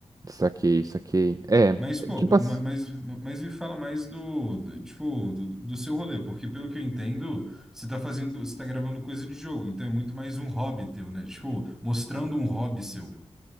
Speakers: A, on the right (about 35°); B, in the centre.
A: saquei, saquei. É,
B: Mas,
A: é
B: pô,
A: tipo assim.
B: ma- mas, mas me fala mais do, do- tipo, do, do seu rolê, porque pelo que eu entendo, você tá fazendo, você tá gravando coisa de jogo, então é muito mais um hobby teu, né? Tipo, mostrando um hobby seu.